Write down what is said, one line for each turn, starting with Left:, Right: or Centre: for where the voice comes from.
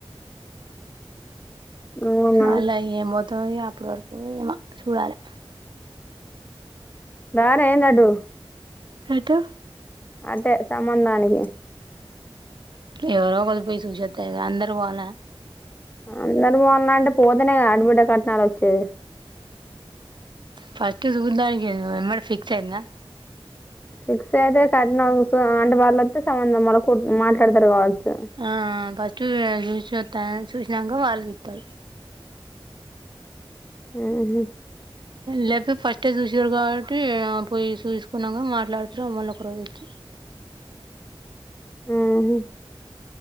Left: అవునా
Right: అళ్లా ఏం పోతాం ఇగ అప్పటి వరకు ఏమో చూడాలే
Left: రారా ఏందడు
Right: అయితే
Left: అంటే సంబంధానికి
Right: ఎవరో ఒక్కలు పోయి చూసివస్తే గా అందరు పోవాలా
Left: అందరూ పోవాలన అంటే పోతేనే గా అడబిడ్డ కట్నాలు వచ్చేది
Right: ఫస్ట్ చుదానికే గా ఎమ్మటె ఫిక్స్ అయిందా
Left: ఫిక్స్ అయితే కట్నం చూస్ ఆ అంటే వాళ్ళు వస్తే సంబంధం వాళ్ మాట్లాడతారు కావచ్చు
Right: ఆ ఫస్ట్ చూసిస్తా చూసినాక వాళ్ళు చుస్తారు
Left: మ్మ్ హ్మ్
Right: లేపి ఫస్టే చూసారు కాబట్టి పోయి చూసుకున్నాక మాట్లాడతారు మల్ల ఒక రోజు వచ్చి
Left: ఉహు